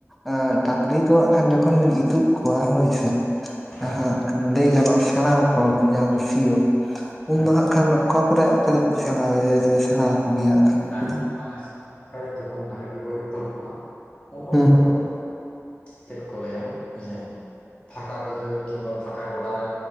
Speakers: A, in the centre; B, on the left (about 20°).
A: ᱟᱸᱜ ᱰᱟᱝᱨᱤ ᱫᱚ ᱦᱟᱸᱜ ᱠᱷᱟᱱ ᱡᱚᱠᱷᱚᱱ ᱵᱤᱱ ᱤᱛᱩᱜ ᱠᱚᱣᱟ ᱦᱳᱭ ᱥᱮ ᱡᱟᱦᱟᱸ
B: ᱦᱮᱸ
A: ᱦᱟᱸᱜ ᱠᱷᱟᱱ ᱞᱟᱹᱭ ᱜᱟᱱᱚᱜᱼᱟ ᱥᱮᱸᱬᱟᱣᱟ ᱠᱚᱣᱟᱵᱚᱱ ᱡᱟᱦᱟᱸ ᱫᱚ ᱥᱤᱭᱳᱜ, ᱩᱱ
B: ᱦᱮᱸ
A: ᱫᱚ ᱦᱟᱸᱜ ᱠᱷᱟᱱ ᱚᱠᱟ ᱠᱚᱨᱮ ᱟᱯᱮ ᱫᱚᱯᱮ ᱥᱮᱸᱬᱟ ᱮ ᱥᱮᱬᱟ ᱟᱠᱚ ᱜᱮᱭᱟ? ᱠᱷᱟᱱ ᱱᱩᱠᱩ
B: ᱦᱮᱸ ᱜᱚᱢᱠᱮ
A: ᱫᱚ?
B: ᱟᱞᱮ ᱥᱮᱡ ᱫᱚ ᱠᱷᱚᱡ ᱡᱚᱠᱷᱚᱱ ᱰᱟᱝᱨᱤ ᱠᱚᱠᱚ ᱤᱛᱩ ᱠᱚᱣᱟ ᱩᱱ
A: ᱦᱮᱸ
B: ᱚᱠᱛᱚ ᱫᱚᱼᱼ ᱪᱮᱫ ᱠᱚ ᱞᱟᱹᱭᱟ <unintelligible> ᱯᱷᱟᱸᱠᱟ ᱵᱟᱹᱭᱦᱟᱹᱲ ᱠᱤᱢᱵᱟ ᱯᱷᱟᱸᱠᱟ ᱜᱚᱰᱟ ᱨᱮᱼᱼ